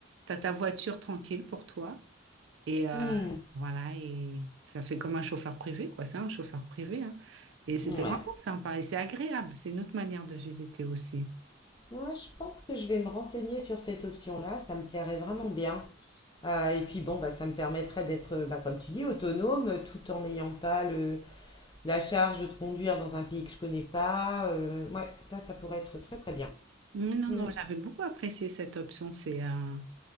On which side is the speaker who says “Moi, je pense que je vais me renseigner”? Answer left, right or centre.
Left